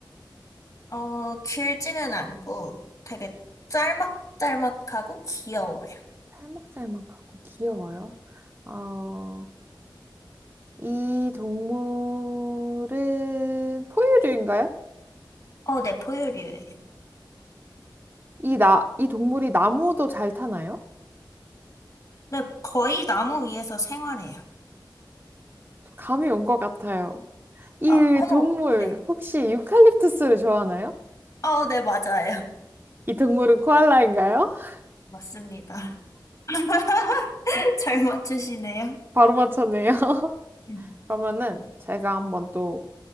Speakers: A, on the left; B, on the right.
A: 어, 길지는 않고 되게 짤막짤막하고 귀여워요.
B: 살막살막하고 귀여워요. 어, 이 동물은 포유류인가요?
A: 어, 네, 포유류예요.
B: 이 나, 이 동물이 나무도 잘 타나요?
A: 네, 거의 나무 위에서 생활해요.
B: 감이 온 것 같아요. 이
A: 어, 어머,
B: 동물
A: 네.
B: 혹시 유칼립투스를 좋아하나요?
A: 어, 네, 맞아요.
B: 이 동물은 코알라인가요? <laughs>
A: 맞습니다. <laughs> 잘 맞추시네요.
B: 바로 맞췄네요. <laughs>
A: 음,
B: 그러면은 제가 한번 또